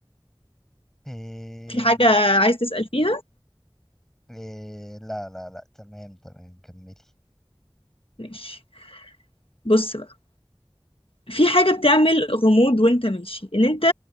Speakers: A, in the centre; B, on the left (about 80°).
A: إيه
B: في حاجة عايز تسأل فيها
A: إيه لا لا لا تمام تمام كملي
B: ماشي بص بقى في حاجة بتعمل غموض وانت ماشي ان انت